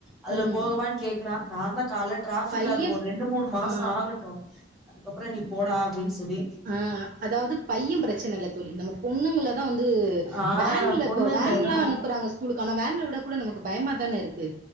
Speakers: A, in the centre; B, on the right.
A: அதுல
B: ம்
A: போகவான் கேக்குறா நாந்தா கால டிராபிக்கா
B: பைய
A: இருக்கும் ரெண்டு மூணு மாசம்
B: ஆ
A: ஆகட்டும் அதுக்கப்புறம் நீ போடா அப்டின்னு சொல்லி
B: ஆ அதாவது பைய பிரச்சன இல்ல தோழி நம்ம பொண்ணுங்க தா வந்து
A: ஆ
B: வேன்ல
A: பொண்ணுங்கதா
B: இப்ப வேன்லா அனுப்புறாங்க ஸ்கூல்ளுக்குல ஆனா வேன்ல விட கூட நமக்கு பயமாக தானே இருக்கு